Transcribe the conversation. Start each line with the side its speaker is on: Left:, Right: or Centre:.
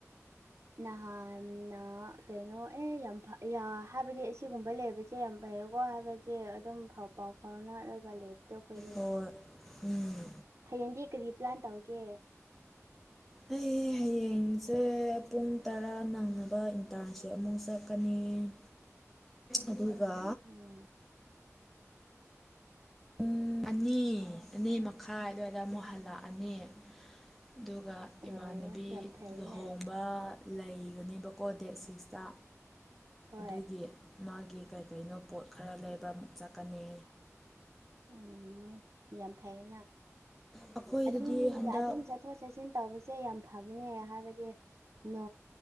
Right: ꯅꯍꯥꯟꯅ ꯀꯩꯅꯣ ꯑꯦ ꯌꯥꯝ ꯍꯥꯏꯕꯗꯤ ꯑꯁꯤꯒꯨꯝꯕ ꯂꯩꯕꯁꯦ ꯌꯥꯝ ꯚꯏꯌꯣꯒꯣ ꯍꯥꯏꯕꯗꯤ ꯑꯗꯨꯝ ꯐꯥꯎ ꯄꯥꯎ ꯐꯥꯎꯅꯅꯥꯔꯒ ꯂꯩꯕ ꯑꯗꯣ ꯑꯩꯈꯣꯏꯅꯦ
Centre: ꯍꯣꯏ ꯎꯝ
Right: ꯍꯌꯦꯡꯗꯤ ꯀꯔꯤ ꯄ꯭ꯂꯥꯟ ꯇꯧꯒꯦ <unintelligible>
Centre: ꯑꯩ ꯍꯌꯦꯡꯁꯦ ꯄꯨꯡ ꯇꯔꯥ ꯅꯪꯅꯕ ꯏꯟꯇꯔꯟꯁꯤꯞ ꯑꯃꯨꯛ ꯆꯠꯀꯅꯤ ꯑꯗꯨꯒ
Right: ꯎꯝ
Centre: ꯄꯨꯡ ꯑꯅꯤ ꯑꯅꯤ ꯃꯈꯥꯏ ꯑꯗꯨꯋꯥꯏꯗ ꯑꯃꯨ ꯍꯜꯂꯛꯑꯅꯤ ꯑꯗꯨꯒ
Right: ꯑꯣ
Centre: ꯏꯃꯥꯟꯅꯕꯤ
Right: ꯌꯥꯝ ꯐꯩꯅꯦ
Centre: ꯂꯨꯍꯣꯡꯕ ꯂꯩꯒꯅꯦꯕꯀꯣ ꯗꯦꯠ ꯁꯤꯛꯁꯇ
Right: ꯍꯣꯏ
Centre: ꯑꯗꯨꯒꯤ ꯃꯥꯒꯤ ꯀꯩ ꯀꯩꯅꯣ ꯄꯣꯠ ꯈꯔ ꯂꯩꯕ ꯑꯃꯨꯛ ꯆꯠꯀꯅꯤ
Right: ꯎꯝ ꯌꯦ ꯐꯌꯦꯅ
Centre: ꯑꯩꯈꯣꯏꯗꯗꯤ
Right: ꯑꯗꯨꯝ
Centre: ꯍꯟꯗꯛ
Right: ꯑꯗꯨꯝ ꯆꯠꯊꯣꯛ ꯆꯠꯁꯤꯟ ꯇꯧꯕꯁꯦ ꯌꯥꯝ ꯐꯥꯅꯦ ꯍꯥꯏꯍꯕꯗꯤ ꯅ